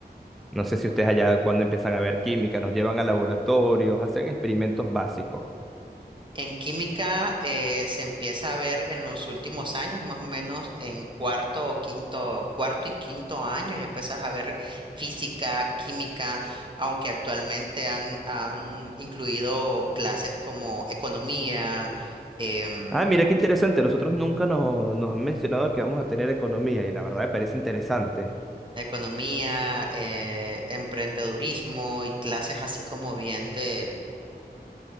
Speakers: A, in the centre; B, on the right.
A: No sé si ustedes allá cuando empiezan a ver química, nos llevan a laboratorios, hacen experimentos básicos.
B: En química eh, se empieza a ver en los últimos años, más o menos en cuarto o quinto, cuarto y quinto año, ya empiezas a ver física, química, aunque actualmente han, han incluido clases como economía, em,
A: Ah, mira qué interesante. Nosotros nunca nos, nos han mencionado que vamos a tener economía y la verdad me parece interesante.
B: economía, eh, emprendedurismo y clases así como bien de,